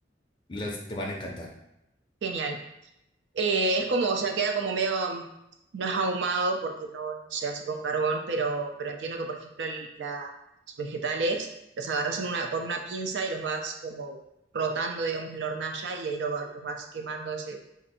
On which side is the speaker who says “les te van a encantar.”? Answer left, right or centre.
Left